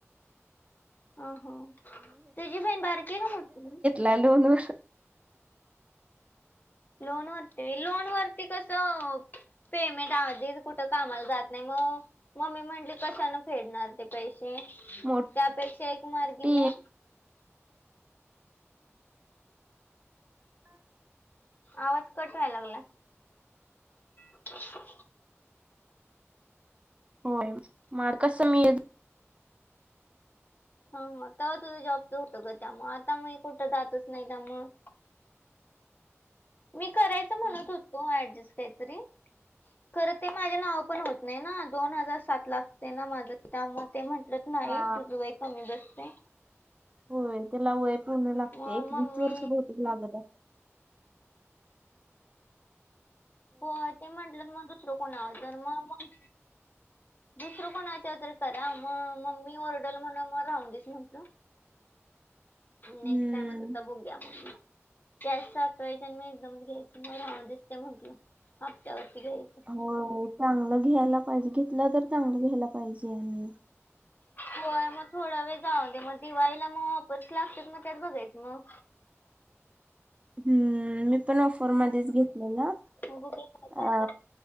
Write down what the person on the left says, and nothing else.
अ ह तुझी बहीण बारकी आहे का मोठी आहे?
लोन वरती लोन वरती कसं. पेमेंट आधीच कुठं कामाला जात नाही मग, मम्मी म्हटली कशानं फेडणार? ते पैसे,
त्यापेक्षा एक मार्गी
मग.
आवाज कट व्हाय लागलाय. <inaudible>
हा हा तवा तुझं जॉबचं होतं ग त्यामुळे आता मी कुठं जातच नाही त्यामुळं. मी करायच
म्हणत होतो ॲडजस्ट काहीतरी. खरं ते माझे नाव पण होत नाही ना, दोन हजार सात लागते ना माझ त्यामुळे ते म्हंटल. नाही,
तुझ वय कमी बसय.
मग
मम्मी
हो ते म्हटलं मग दुसरं कोणा तर मग -म दुसरं कोणाच्या तरी करा मग म मम्मी ओरडल मग म्हणुन मग राहून देस म्हटलं. नेक्स्ट
टाइम आता बघुया म्हंटलं, कॅश साठवायची आणि मी एकदमच घ्यायचं. <unintelligible> म्हंटलं हप्त्यावरती घ्यायचं.
होय मग थोडा वेळ जाऊन दे मग दिवाळीला मग ऑफर्स लागतेच मग त्यात बघायचं मग.
मग बघूया
काय काय